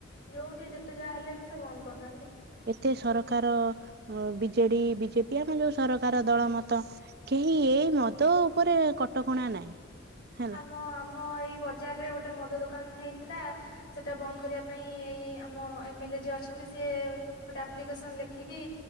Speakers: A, on the left (about 55°); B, on the right (about 55°).
A: ଯୋଉଠି ଯେତେ ଯାହା ହେଲେ ବି ସେ ବନ୍ଦ କରୁନାହାଁନ୍ତି।
B: ଏତେ ସରକାର ବିଜେଡ଼ି ବିଜେପି ଆମ ଯୋଉ ସରକାର ଦଳ ମତ କେହି ଏଇ ମଦ ଉପରେ କଟକଣା ନାଇଁ ହେଲା।
A: ଆମ ଆମ ଏଇ ବଜାରରେ ଗୋଟେ ମଦ ଦୋକାନ ହେଇଥିଲା ସେଟା ବନ୍ଦ କରିବା ପାଇଁ ଏଇ ଆମ ଏମଏଲ୍ ଏ ଯିଏ ଅଛନ୍ତି ସିଏ ଗୋଟେ ଆପ୍ଲିକେସନ ଲେଖିକି